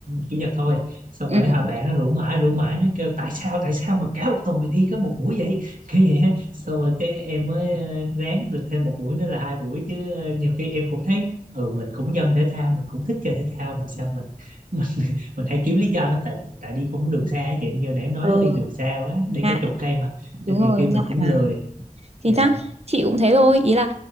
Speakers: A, on the right; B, on the right.
A: chủ nhật thôi xong
B: ừ.
A: rồi hả bạn nó rủ mãi rủ mãi nó kêu tại sao tại sao mà cả một tuần mình đi có một buổi vậy kiểu vậy á. xong rồi cái em mới ờ, ráng được thêm một buổi nữa là hai buổi chứ ờ, nhiều khi em cũng thấy ừ mình cũng dân thể thao mình cũng thích chơi thể thao mà sao mình <laughs> mình mình hay kiếm lý do lắm tại tại đi cũng đường xa á chị như nãy em nói
B: ừ.
A: đi đường xa quá đi
B: ngại
A: cả chục cây mà
B: đúng
A: nên nhiều
B: rồi
A: khi mình
B: ngại
A: cũng
B: mà
A: lười
B: chính
A: Dạ.
B: xác chị cũng thế thôi ý là